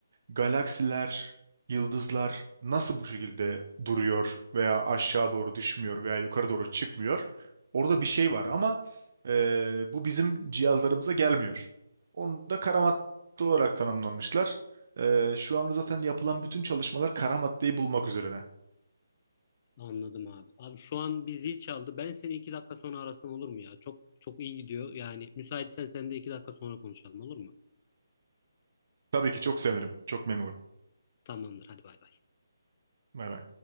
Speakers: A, on the right; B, on the left.
A: galaksiler, yıldızlar nasıl bu şekilde duruyor veya aşağı doğru düşmüyor veya yukarı doğru çıkmıyor? Orada bir şey
B: Hı
A: var
B: hı.
A: ama e, bu bizim cihazlarımıza gelmiyor. Onu da kara madde olarak tanımlamışlar. E, şu anda zaten yapılan bütün çalışmalar kara maddeyi bulmak üzerine.
B: Anladım abi. Abi şu an bir zil çaldı. Ben seni iki dakika sonra arasam olur mu ya? Çok çok iyi gidiyor. Yani müsaitsen sen de iki dakika sonra konuşalım olur mu?
A: Tabii ki çok sevinirim. Çok memnun olurum.
B: Tamamdır. Hadi bay bay.
A: Bay bay.